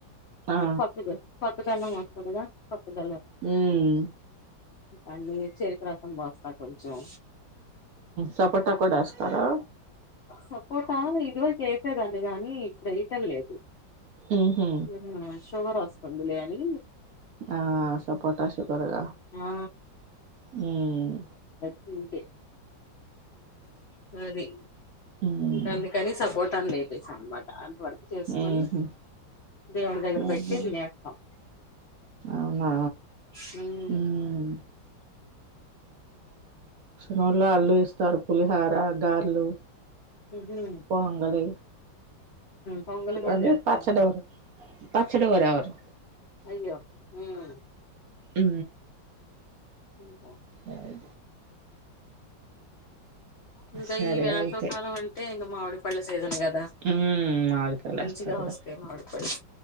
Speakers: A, on the right; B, on the left.
A: ఆ!
B: కొత్తది కొ ప ఎలా మాట్కుడదా కొప్పల
A: హ్మ్మ్
B: అనీ చెరుకు రసం పోస్తా కొంచం
A: సపోటా కూడా వేస్తారా
B: సపోర్టా ఇదివ చేసేదండి కాగానీ ఇప్పుడు వయటం లేదు
A: ఉహు
B: హ్మ్. షుగర్ వస్తుంది లే అని
A: ఆ స పటాశకరగా
B: ఆ
A: హ్మ్మ్
B: అంతే సరి అది
A: హ్మ్.
B: ఉకా అందుకని సపోర్ట్ లేేసి అనమాట వరకు చేసుకొని
A: హుహు.
B: దేవుడి దగ్గర
A: ఆహా!
B: పెట్టి వినేేస్తాం
A: అవునా?
B: హ్మ్మ్
A: హ్మ్. నూళ్లో అల్లు ఇస్తారు పులిహార గారూల్
B: ఉమ్
A: పోంగాలే
B: పొంగల్ కూడా
A: అ
B: చేస్తాం
A: పచ్చడిరు పచ్చడిరవరు
B: అయ్యో హ్మ్.
A: ఉ
B: కా
A: లేదు
B: ఇంకా
A: సరే
B: ఈ వేసవకాలం
A: అయితే
B: అంటే ఇంకా మామిడి పళ్ళ సీజన్ కా
A: మ్మ్ మామిడికాయలు
B: మంచిగా
A: వేస్తారుగా
B: వస్తాయి ఆడుకోని